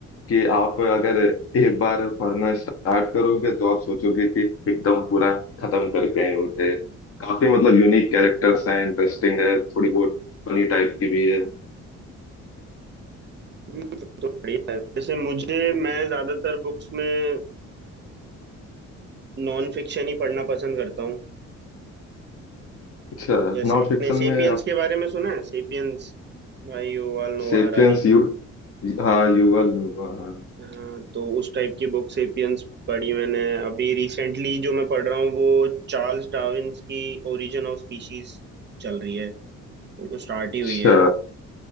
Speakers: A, on the left; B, on the right.
A: कि आप अगर एक बार पढ़ना स्टार्ट करोगे तो आप सोचोगे कि एकदम पूरा खत्म करके आए उठे काफी मतलब यूनिक कैरेक्टर्स हैं इंटरेस्टिंग है थोड़ी बहुत फनी टाइप की भी है
B: हम्म, फिर तो बढ़िया है जैसे मुझे मैं ज्यादातर बुक्स में नॉन फिक्शन ही पढ़ना पसंद करता हूँ
A: अच्छा
B: जैसे
A: नॉन
B: आपने
A: फिक्शन
B: सेपियंस
A: में
B: के बारे में सुना है सेपियंस भाई युval नोआ
A: सेपियंस
B: हरारी
A: यू हाँ युवा हाँ
B: हाँ तो उस टाइप की बुक सेपियंस पढ़ी मैंने अभी रिसेंटली जो मैं पढ़ रहा हूँ वो चार्ल्स डार्विन्स की ओरिजिन ऑफ स्पीशीज चल रही है वो तो स्टार्ट ही हुई
A: अच्छा
B: है